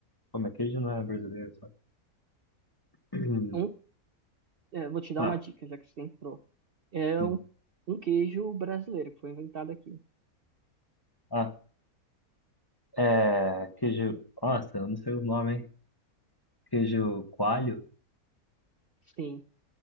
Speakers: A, on the left (about 15°); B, on the right (about 50°).
A: Como é? Queijo não é brasileiro, só. <clears throat>
B: um É, vou te dar
A: Tá,
B: uma dica, já que você entrou. É
A: sim.
B: um, um queijo brasileiro que foi inventado aqui.
A: Ah, é... Queijo... Nossa, eu não sei os nomes, hein? Queijo coalho?
B: Sim.